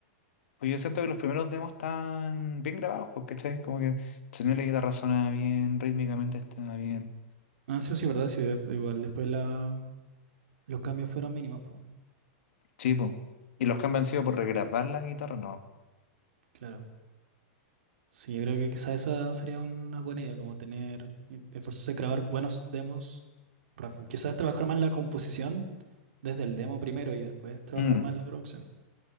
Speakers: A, on the left; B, on the right.
A: Pues yo siento que los primeros demos están bien grabados, pues, ¿cachai? Como que el sonido la guitarra suena bien, rítmicamente está bien.
B: Ah, sí, sí, es verdad, sí, de- igual después la, los cambios fueron mínimos, pues,
A: Sí, pues. Y los cambios han sido por regrabar la guitarra, no.
B: claro. Sí, yo creo que quizá esa sería una buena idea, como tener, eh, esforzarse a grabar buenos demos rápido. Quizás trabajar más la composición desde el demo primero y después trabajar
A: Mm,
B: más en la producción.